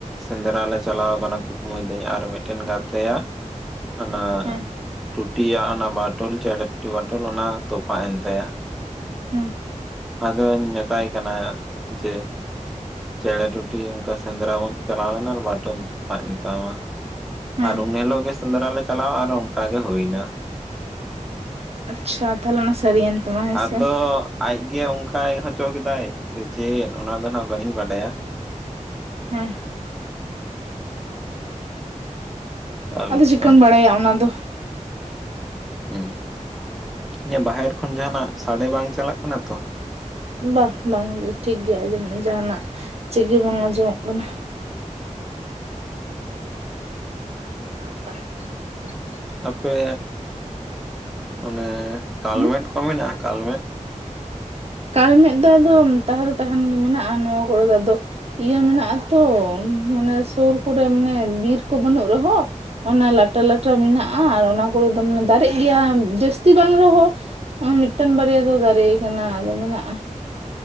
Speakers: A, in the centre; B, on the right.
A: ᱥᱮᱸᱫᱽᱨᱟ ᱞᱮ ᱪᱟᱞᱟᱣ ᱟᱠᱟᱱᱟ ᱠᱩᱠᱢᱩᱭ ᱫᱟᱹᱧ ᱟᱨ ᱢᱤᱫᱴᱮᱱ ᱜᱟᱛᱮ ᱭᱟᱜ ᱚᱱᱟ
B: ᱦᱮᱸ
A: ᱴᱩᱴᱤᱭᱟᱜ ᱚᱱᱟ ᱵᱟᱴᱩᱞ ᱪᱮᱬᱮ ᱴᱩᱴᱤ ᱵᱟᱴᱩᱞ ᱚᱱᱟ ᱛᱚᱯᱟᱜ ᱮᱱ ᱛᱟᱭᱟ᱾
B: ᱦᱩᱸ
A: ᱟᱫᱚᱧ ᱢᱮᱛᱟᱭ ᱠᱟᱱᱟ ᱡᱮ ᱪᱮᱬᱮ ᱴᱩᱴᱤ ᱚᱝᱠᱟ ᱥᱮᱸᱫᱽᱨᱟ ᱵᱚᱱ ᱪᱟᱞᱟᱣᱱᱟ ᱟᱨ ᱵᱟᱴᱩᱞ ᱛᱚᱯᱟᱜ ᱮᱱ ᱛᱟᱢᱟ᱾
B: ᱦᱮᱸ
A: ᱟᱨ ᱩᱱ ᱦᱤᱞᱳᱜ ᱜᱮ ᱥᱮᱸᱫᱽᱨᱟ ᱞᱮ ᱪᱟᱞᱟᱣᱟ ᱟᱨ ᱚᱱᱠᱟ ᱜᱮ ᱦᱩᱭᱱᱟ᱾
B: ᱟᱪᱪᱷᱟ ᱛᱟᱦᱚᱞᱮ ᱚᱱᱟ ᱥᱟᱹᱨᱤᱭᱮᱱ ᱛᱟᱢᱟ ᱦᱮᱸᱥᱮ᱾
A: ᱟᱫᱚ ᱟᱡᱜᱮ ᱚᱱᱠᱟᱭ ᱦᱚᱪᱚ ᱠᱮᱫᱟᱭ ᱥᱮ ᱪᱮᱫ ᱚᱱᱟ ᱫᱚ ᱱᱟᱜ ᱵᱟᱝᱤᱧ ᱵᱟᱰᱟᱭᱟ᱾
B: ᱦᱮᱸ
A: ᱚᱠᱟ ᱵᱮᱯᱟᱨ
B: ᱟᱫᱚ ᱪᱤᱠᱟᱹᱢ ᱵᱟᱲᱟᱭᱟ ᱚᱱᱟ ᱫᱚ᱾
A: ᱦᱮᱸ ᱤᱧᱟᱹᱜ ᱵᱟᱦᱮᱨ ᱠᱷᱚᱱ ᱡᱟᱦᱟᱸᱱᱟᱜ ᱥᱟᱰᱮ ᱵᱟᱝ ᱪᱟᱞᱟᱜ ᱠᱟᱱᱟ ᱛᱚ᱾
B: ᱵᱟᱝ ᱵᱟᱝ ᱴᱷᱤᱠ ᱜᱮᱭᱟ ᱟᱸᱡᱚᱢᱚᱜ ᱡᱟᱦᱟᱱᱟᱜ ᱪᱮᱫ ᱜᱮ ᱵᱟᱝ ᱟᱸᱡᱚᱢᱚᱜ ᱠᱟᱱᱟ᱾ <inaudible>
A: ᱟᱯᱮ ᱚᱱᱮ ᱠᱟᱞᱢᱮᱫ
B: ᱦᱮᱸ
A: ᱠᱚ ᱢᱮᱱᱟᱜᱼᱟ ᱠᱟᱞᱢᱮᱫ
B: ᱠᱟᱞᱢᱮᱫ ᱫᱚ ᱟᱫᱚ ᱛᱟᱦᱮ ᱫᱚ ᱛᱟᱦᱮᱱ ᱜᱮ ᱢᱮᱱᱟᱜᱼᱟ ᱱᱚᱣᱟ ᱠᱚᱨᱮ ᱫᱚ ᱟᱫᱚ ᱤᱭᱟᱹ ᱢᱮᱱᱟᱜ ᱟ ᱛᱚ ᱢᱟᱱᱮ ᱥᱩᱨ ᱠᱚᱨᱮ ᱢᱟᱱᱮ ᱵᱤᱨ ᱠᱚ ᱵᱟᱹᱱᱩᱜ ᱨᱮᱦᱚᱸ ᱚᱱᱟ ᱞᱟᱴᱟᱼ ᱞᱟᱴᱟ ᱢᱮᱱᱟᱜᱼᱟ ᱟᱨ ᱚᱱᱟ ᱠᱚᱨᱮ ᱫᱚ ᱢᱟᱱᱮ ᱫᱟᱨᱮᱜ ᱜᱮᱭᱟ ᱡᱟᱹᱥᱛᱤ ᱵᱟᱝ ᱨᱮᱦᱚᱸ ᱢᱤᱫᱴᱮᱱ ᱵᱟᱨᱭᱟ ᱫᱚ ᱫᱟᱨᱮ ᱠᱟᱱᱟ ᱟᱫᱚ ᱢᱮᱱᱟᱜᱼᱟ᱾